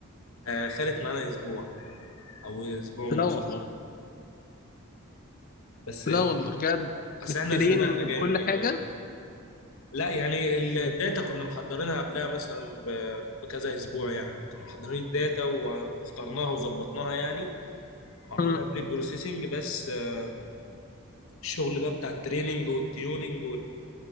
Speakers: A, on the left; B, on the left.
A: آه خدت معانا أسبوع أو أسبوع
B: لا
A: ونص
B: والله
A: بس
B: لا والله بجد
A: أصل
B: بالتريننج
A: احنا اتزنقنا جامد
B: بكل
A: يعني
B: حاجة
A: لا يعني الداتا
B: و-
A: كنا محضرينها قبلها مثلا ب- بكذا أسبوع يعني كنا محضرين الداتا و- واخترناها وظبطناها يعني وعملناها
B: مم.
A: بري بروسيسنج بس آه، الشغل بقى بتاع التريننج والتيوننج